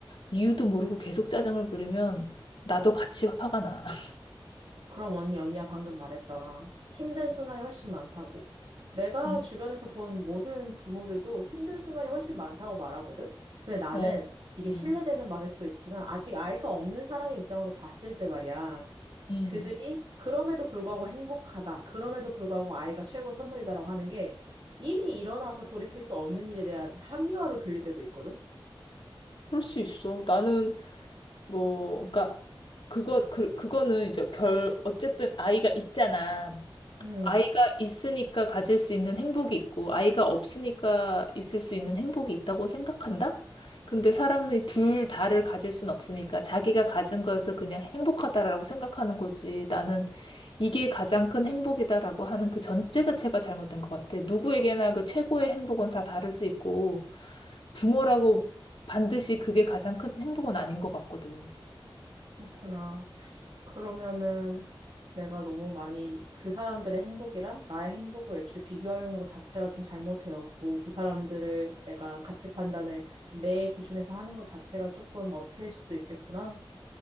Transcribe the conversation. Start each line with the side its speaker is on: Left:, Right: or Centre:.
Left: 이유도 모르고 계속 짜증을 부리면 나도 같이 화가 나. <laughs>
Right: 그럼 언니, 언니야 방금 말했잖아. 힘든 순간이 훨씬 많다고. 내가
Left: 음,
Right: 주변에서 본 모든 부모들도 힘든 순간이 훨씬 많다고 말하거든? 근데 나는
Left: 어,
Right: 이게 신뢰되는
Left: 음,
Right: 말일 수도 있지만 아직 아이가 없는 사람의 입장으로 봤을 때 말이야.
Left: 음.
Right: 그들이 그럼에도 불구하고 행복하다. 그럼에도 불구하고 아이가 최고의 선물이다라고 하는 게 이미 일어나서 돌이킬 수 없는 일에 대한 합리화로 들릴 때도 있거든?
Left: 그럴 수 있어. 나는 뭐, 그러니까 그거 그 그거는 이제 결 어쨌든 아이가 있잖아.
Right: 음,
Left: 아이가 있으니까 가질 수 있는 행복이 있고, 아이가 없으니까 있을 수 있는 행복이 있다고 생각한다? 근데 사람이 둘 다를 가질 순 없으니까 자기가 가진 거에서 그냥 행복하다라고 생각하는 거지. 나는 이게 가장 큰 행복이다라고 하는 그 전제 자체가 잘못된 것 같아. 누구에게나 그 최고의 행복은 다 다를 수 있고, 부모라고 반드시 그게 가장 큰 행복은 아닌 것 같거든.
Right: 그렇구나. 그러면은 내가 너무 많이 그 사람들의 행복이랑 나의 행복을 애초에 비교하려는 것 자체가 좀 잘못되었고 그 사람들을 내가 가치 판단을 내 기준에서 하는 것 자체가 조금 어폐일 수도 있겠구나.